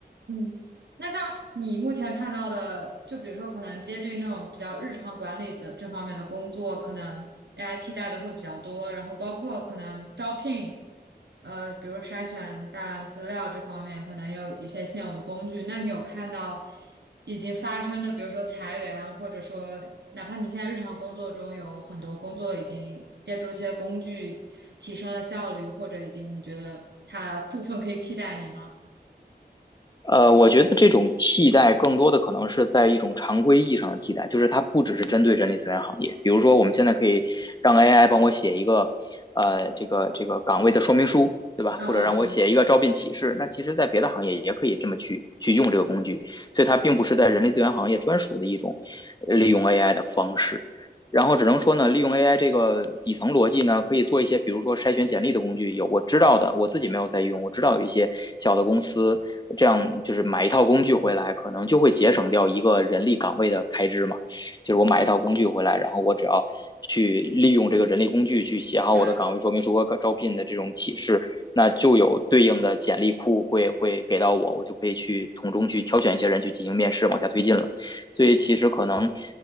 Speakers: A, on the right; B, on the left.
A: 嗯，那像你目前看到的，就比如说可能接近那种比较日常管理的这方面的工作，可能 AI 替代的会比较多，然后包括可能招聘，呃，比如筛选大量资料这方面，可能有一些现有的工具。那你有看到已经发生的，比如说裁员啊，或者说哪怕你现在日常工作中有很多工作已经借助一些工具提升了效率，或者已经你觉得它部分可以替代你吗？
B: 呃，我觉得这种替代更多的可能是在一种常规意义上的替代，就是它不只是针对人力资源行业。比如说，我们现在可以让 AI 帮我写一个，呃，这个这个岗位的说明书，对吧？
A: 嗯嗯嗯，
B: 或者让我写一个招聘启事。那其实，在别的行业也可以这么去去用这个工具，所以它并不是在人力资源行业专属的一种呃利用 AI 的方式。然后只能说呢，利用 AI 这个底层逻辑呢，可以做一些，比如说筛选简历的工具。有我知道的，我自己没有在用，我知道有一些小的公司，这样就是买一套工具回来，可能就会节省掉一个人力岗位的开支嘛。就是我买一套工具回来，然后我只要去利用这个人力工具去写好我的岗位说明书和招聘的这种启事，
A: 对，
B: 那就有对应的简历库会会给到我，我就可以去从中去挑选一些人去进行面试，往下推进了。所以其实可能